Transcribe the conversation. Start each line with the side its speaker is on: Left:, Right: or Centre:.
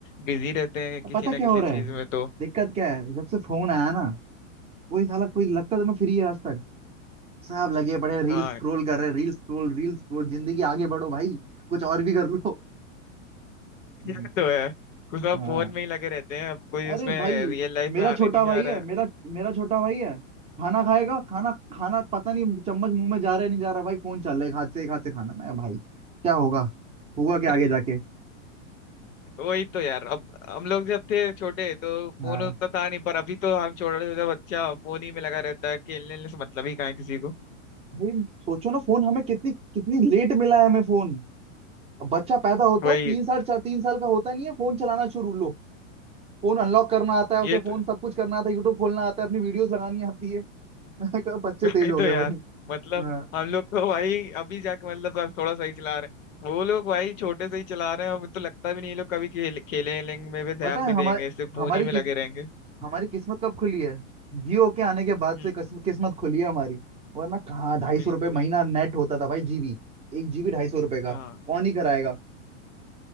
Left: बिजी रहते हैं किसी
Right: पता
Left: ना
Right: क्या
Left: किसी
Right: हो रहा
Left: चीज
Right: है
Left: में तो
Right: दिक्कत क्या है जब से फोन आया ना कोई साला कोई लगता तो मैं फ्री है आज तक सब लगे पड़े रील
Left: हाँ
Right: स्क्रॉल कर रहे हैं रील स्क्रॉल रील स्क्रॉल जिंदगी आगे बढ़ो भाई कुछ और भी कर लो
Left: <laughs>
Right: हम्म,
Left: ये तो है कुछ सब
Right: हाँ
Left: फोन में ही लगे रहते हैं अब कोई
Right: अरे
Left: उसमें
Right: भाई
Left: रियल लाइफ
Right: मेरा
Left: में आने
Right: छोटा
Left: नहीं जा
Right: भाई है
Left: रहा
Right: मेरा मेरा छोटा भाई है खाना खाएगा खाना खाना पता नहीं चम्मच मुंह में जा रहा है नहीं जा रहा भाई फोन चल रहा है एक हाथ से एक हाथ से खाना मैं भाई क्या होगा होगा क्या
Left: है
Right: आगे जाके
Left: <laughs> वही तो यार अब हम लोग जब थे छोटे तो
Right: हाँ
Left: फोन उतना था नहीं पर अभी तो हर छोटा छोटा बच्चा फोन ही में लगा रहता है खेलने वेलने से मतलब ही कहाँ है किसी को
Right: भाई सोचो ना फोन हमें कितनी कितनी लेट मिला है हमें फोन अब बच्चा पैदा होता
Left: वही
Right: है तीन साल चार तीन साल का होता नहीं है फोन चलाना शुरू लो फोन अनलॉक करना आता है उसे
Left: ये
Right: फोन
Left: तो
Right: सब कुछ करना आता है यूट्यूब खोलना आता है अपनी वीडियोस लगानी आती है <laughs> मैंने कहा, बच्चे
Left: <laughs>
Right: तेज
Left: वही
Right: हो
Left: तो
Right: गए
Left: यार
Right: भाई
Left: मतलब
Right: हाँ
Left: हम लोग को भाई अभी जाके मतलब अब थोड़ा सही चला रहे हैं वो लोग भाई छोटे से ही चला रहे हैं अब तो लगता भी नहीं ये लोग कभी खेल, खेलेंगे में भी ध्यान
Right: पता है
Left: भी
Right: हमारे
Left: देंगे सिर्फ फोन
Right: हमारी
Left: ही में
Right: किस
Left: लगे रहेंगे
Right: हमारी किस्मत कब खुली है जियो के आने के बाद
Left: हम्म
Right: से किस्म- किस्मत खुली है हमारी वरना कहाँ ढाई सौ
Left: बिल्कुल
Right: रुपये महीना नेट होता था भाई जीबी एक जीबी ढाई सौ रुपये का
Left: हाँ
Right: कौन ही कराएगा